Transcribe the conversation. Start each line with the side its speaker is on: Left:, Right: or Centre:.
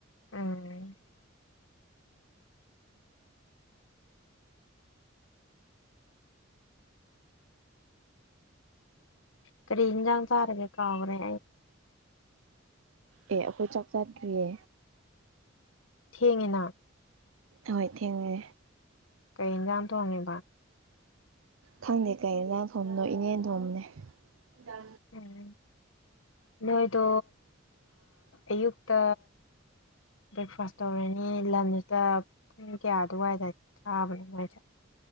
Left: ꯎꯝ ꯀꯔꯤꯅꯖꯥꯡ ꯊꯔꯒ ꯀꯥꯎꯒꯔꯦ
Right: ꯑꯦ ꯑꯩꯈꯣꯏ ꯆꯥꯛ ꯆꯥꯗ꯭ꯔꯤꯌꯦ
Left: ꯊꯦꯡꯌꯦꯅ
Right: ꯍꯣꯏ ꯊꯦꯡꯅꯦ
Left: ꯀꯩ ꯏꯟꯖꯥꯡ ꯊꯣꯡꯉꯤꯕ
Right: ꯈꯪꯗꯦ ꯀꯩ ꯏꯟꯖꯥꯡ ꯊꯣꯝꯕꯅꯣ ꯏꯅꯦꯅ ꯊꯣꯝꯕꯅꯦ <unintelligible>
Left: ꯎꯝ ꯅꯣꯏꯗꯣ ꯑꯌꯨꯛꯇ ꯕ꯭ꯔꯦꯛꯐꯥꯁ ꯇꯧꯔꯅꯤ ꯂꯟꯁ ꯄꯨꯡ ꯀꯌꯥ ꯑꯗꯨꯋꯥꯏꯗ ꯆꯥꯕꯅꯣ ꯅꯣꯏꯖꯦ